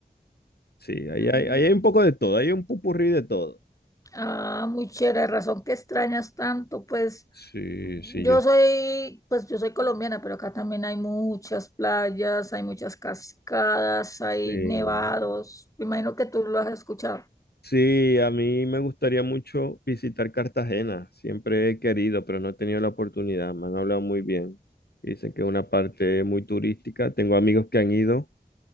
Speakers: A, on the left; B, on the left.
A: Sí, ahí
B: ah.
A: hay, ahí hay un poco de todo, hay un pupurrí de todo.
B: Ah, muy chévere, razón que extrañas tanto, pues
A: Sí,
B: yo
A: sí, yo
B: soy, pues yo soy colombiana, pero acá también hay muchas playas, hay muchas cascadas, hay
A: sí.
B: nevados. Me imagino que tú lo has escuchado.
A: Sí, a mí me gustaría mucho visitar Cartagena. Siempre he querido, pero no he tenido la oportunidad. Me han hablado muy bien. Dicen que es una parte muy turística. Tengo amigos que han ido